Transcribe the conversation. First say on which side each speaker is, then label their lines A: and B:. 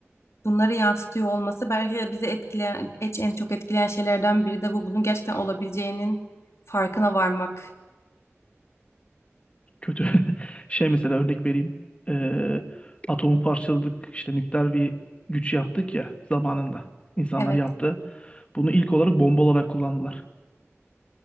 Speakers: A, on the left; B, on the left.
A: bunları yansıtıyor olması belki de bizi etkileyen, et- en çok etkileyen şeylerden biri de bu. Bunun gerçekten olabileceğinin farkına varmak.
B: Kötü. <laughs> Şey mesela örnek vereyim. Ee, atomu parçaladık işte nükleer bir güç yaptık ya zamanında. İnsanlar
A: Evet.
B: yaptı. Bunu ilk olarak bomba olarak kullandılar.